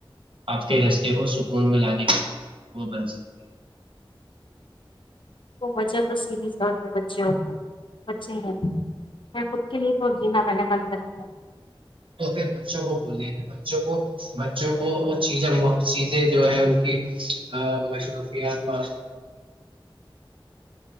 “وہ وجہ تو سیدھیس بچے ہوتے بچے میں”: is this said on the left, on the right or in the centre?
Left